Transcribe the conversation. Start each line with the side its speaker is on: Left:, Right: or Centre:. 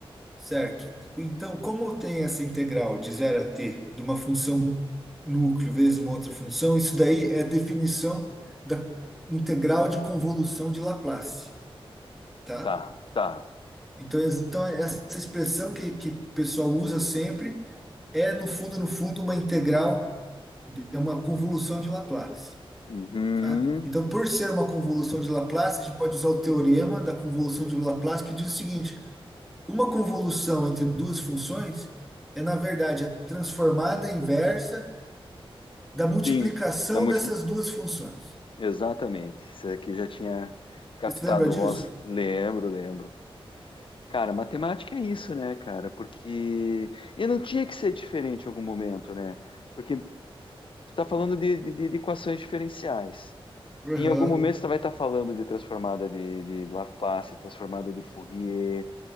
Centre: certo. Então, como tem essa integral de zero a t de uma função núcleo vezes uma outra função, isso daí é a definição da integral de convolução de Laplace, tá?
Left: Tá, tá.
Centre: Então, ex- então essa expressão que, que o pessoal usa sempre é, no fundo, no fundo, uma integral, de- é uma convolução de Laplace.
Left: Uhum.
Centre: Tá? Então, por ser uma convolução de Laplace, a gente pode usar o teorema da convolução de Laplace, que diz o seguinte: uma convolução entre duas funções é, na verdade, a transformada inversa da multiplicação
Left: Sim, da multi...
Centre: dessas duas funções.
Left: Exatamente. Isso aqui já tinha captado
Centre: Você se lembra disso?
Left: o vosso. Lembro, lembro. Cara, matemática é isso, né, cara? Porque. E não tinha que ser diferente em algum momento, né? Porque tu tá falando de, de, de equações diferenciais.
Centre: Aham.
Left: Em algum momento você vai estar falando de transformada de, de Laplace, transformada de Fourier.